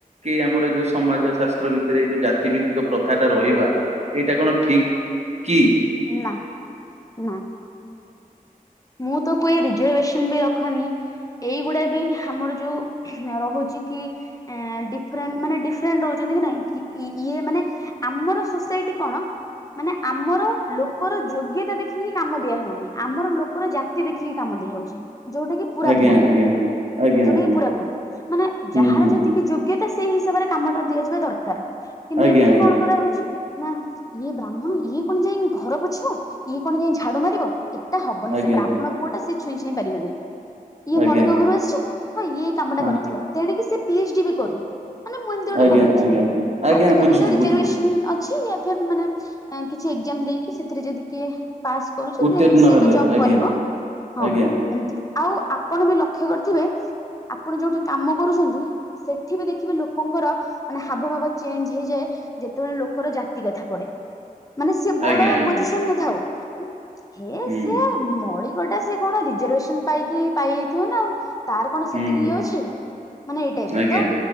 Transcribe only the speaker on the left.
ନା ନା। ମୁଁ ତ କୁହେ ରିଜର୍ଭେସନ ବି ରଖନି। ଏଇଗୁଡା ବି ଆମର ଯୋଉ ରହୁଛି କି। ଏଁ ଡିଫରେଣ୍ଟ ମାନେ ଡିଫରେଣ୍ଟ ରହୁଛନ୍ତି କି ନାହି କି ଇ ଇଏ ମାନେ। ଆମର ସୋସାଇଟି କଣ ମାନେ ଆମର ଲୋକର ଯୋଗ୍ୟତା ଦେଖିକି କାମ ଦିଆ ହଉନି ଆମର ଲୋ ଜାତି ଦେଖିକି କାମ ଦିଆ ହଉଛି ଯୋଉଟା କି
ପୁରା ଭୁଲ
ଯୋଉଟା
କି ପୁରା ଭୁଲ ମାନେ
ଯାହାର
ଯେତିକି ଯୋ ଗ୍ୟତା ସେଇ ହିସାବରେ କାମଟା ଦିଆଯିବା ଦରକାର କିନ୍ତୁ
ଏଠି କଣ କରା ହଉଛି। ନା ଇଏ ବ୍ରାହ୍ମଣ ଇଏ କଣ ଯାଇ ଘର ପୋଛିବ ଇଏ କଣ ଯାଇ ଝାଡୁ ମାରିବ ଏଟା ହବ
ସେ ବ୍ରାହ୍ମଣ
ପୁଅ ଟା ସେ ଛୁଇଁ ଛାଇଁ ପାରିବନି। ଇଏ
ମଳିକ ଘରୁ ଆସିଛି ହଁ ଇଏ ଏଇ କାମ ଟା
କରିଥିବ ତେଣିକି ସିଏ ପି ଏଚ ଡି ବି କରୁ। ମାନେ ମୁଁ ଏମିତି ଗୋଟେ
କହୁଛି
ଆଜିକାଲି
ତ ରିଜର୍ଭେସନ
ଅଛି ୟା ଫିର୍ ମାନେ କିଛି ଏକ୍ଜାମ ଦେଇକି ସେଥିରେ ଯଦି କିଏ। ପାସ୍ କରୁଛି
ଦେନ୍ ସିଏ
ତ ଜବ
କରିବ ହଁ।
ଏମତି ଆଉ ଆପଣ ବି ଲକ୍ଷ୍ୟ କରିଥିବେ ଆପଣ ଯୋଉଠି କାମ କରୁଛନ୍ତି। ସେଠି ବି ଦେଖିବେ ଲୋକଙ୍କର। ମାନେ ହାବ ଭାବ ଚେଞ୍ଜ ହେଇଯାଏ ଯେତେବେଳେ ଲୋକର ଜାତି କଥା ପଡେ। ମାନେ ସିଏ ବଡ
ପୋଜିସନ୍ ରେ ଥାଉ ହେ
ସେ ମଳିକ ଟା ସେ କଣ ରିଜରଭେସନ ପାଇକି ପାଇଯାଇଥିବ ନା ଆଉ। ତାର କଣ
ସେତିକି
ଇଏ ଅଛି ମାନେ ଏଇ ଟାଇପର
ତ